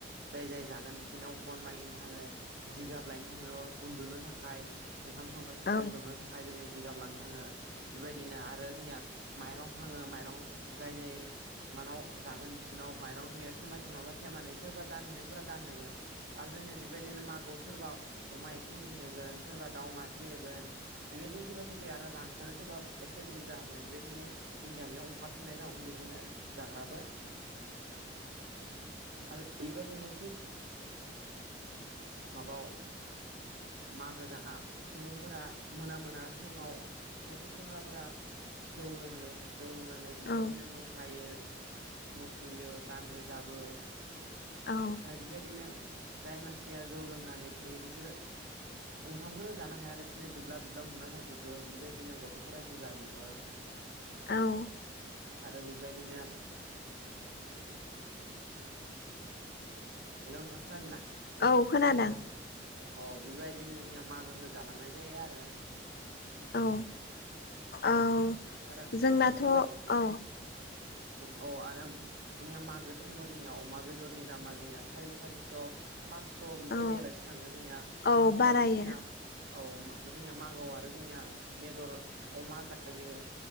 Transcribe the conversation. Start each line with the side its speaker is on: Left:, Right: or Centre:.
Right: जाय जाय जागोन बिसोरनिव बन मागिनो थाङो जिगाब लायनो थाङो उन्दुनो था खाय ओंखाम संनो थाखाय
Left: औ
Right: जनो थाखाय जोंनिया जिगाब लानो थाङो बेबायदिनो आरो जोंनिया माइरं खाङो माइरं जाय जाय मानाव जागोन बिसोरनाव माइरं जोंनिया थेमा नङाबा थेमानै सोरबा दान होनायफोरा दान होगोन आरो जोंनिया बेबायदिनो मागोआव सोरबा अमा एक केजि होगोन सोरबा दाउ मासे होगोन बेबायदिनो सोरबा सोरबाया आरो रांखोनो सोरबा एसे बुरजा होगोन बेबायदिनो जोंनि गामियाव खारसोनाय दं बिदिनो जाग्राबो आरो बेबायदिनो थिग माबाव मागो जागा सुबुंफोरा मोना मोना टाइमाव माने एसे सेंग्राफोरा जौ लोङो जौ लोंनानै बेबायदिनो
Left: औ
Right: मोसायो मुसुयो गान रोजाबो
Left: औ
Right: ओमफ्राय बेबायदिनो जाय मानसिया जौ लोंनानै थायो बिसोरो ओंखामखौनो जानो हायालासिनो दुब्ला दुब्ला उनदुना थाजोबो बेबायदिनो गथ'फोरासो जाजोबो।
Left: औ
Right: आरो बेबायदिनो हेलौ नोंथां खोनादों ना?
Left: औ खोनादों
Right: अ बेबायदिनो जोंनिया मागोखौ जालांनाय जायो आरो।
Left: औ औ
Right: आरो
Left: जोंनाथ'
Right: बेबाय
Left: औ
Right: औ आरो जोंनिया मागो टाइमाव जोंनिया अमा बेदरनि दामा जोंनिया सारि सारिस' फासस' बेबायदियालासि
Left: औ
Right: थाङो जोंनिया
Left: औ
Right: मागोआव
Left: बारायो
Right: आरो जोंनिया औ जोंनिया मागोआव आरो जोंनिया बेदर अमा जायो।